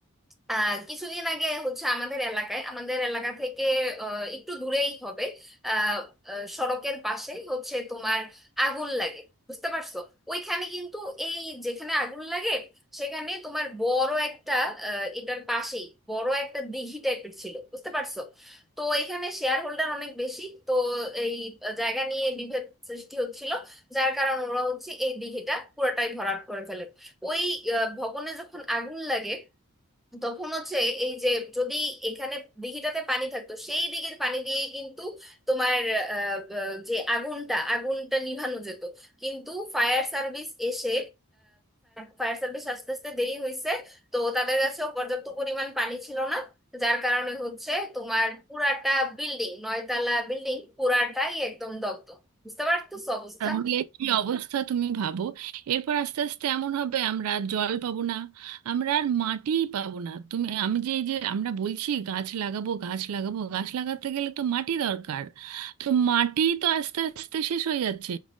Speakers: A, in the centre; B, on the right (about 75°).
A: আহ কিছুদিন আগে হচ্ছে আমাদের এলাকায় আমাদের এলাকা থেকে আহ, একটু দূরেই হবে আহ, আহ, সড়কের পাশে হচ্ছে তোমার আগুন লাগে বুঝতে পারছো ওইখানে কিন্তু এই যেখানে আগুন লাগে সেখানে তোমার বড় একটা আহ, এটার পাশেই বড় একটা দিঘি টাইপের ছিল বুঝতে পারছো তো এখানে শেয়ার হোল্ডার অনেক বেশি তো এই জায়গা নিয়ে বিভেদ সৃষ্টি হচ্ছিল যার কারণে ওরা হচ্ছে এই দিঘিটা পুরোটাই ভরাট করে ফেলে ওই আহ, ভবনে যখন আগুন লাগে তখন হচ্ছে এই যে যদি এখানে দিঘিটাতে পানি থাকতো সেই দিঘির পানি দিয়ে কিন্তু তোমার আহ, ব- যে আগুনটা আগুনটা নিভানো যেত কিন্তু ফায়ার সার্ভিস এসে ফায়ার সার্ভিস আস্তে আস্তে দেরি হয়েছে তো তাদের কাছেও পর্যাপ্ত পরিমাণ পানি ছিল না যার কারণে হচ্ছে তোমার পুরাটা বিল্ডিং নয়তলা বিল্ডিং পুরাটাই একদম দগ্ধ বুঝতে পারতো অবস্থা
B: তাহলে কি অবস্থা তুমি ভাবো এরপর আস্তে আস্তে এমন হবে আমরা আর জল পাবো না আমরা আর মাটিই পাবো না তুমি আমি যে এই যে আমরা বলছি গাছ লাগাবো গাছ লাগাবো গাছ লাগাতে গেলে তো মাটি দরকার তো মাটি তো আস্তে আস্তে শেষ হয়ে যাচ্ছে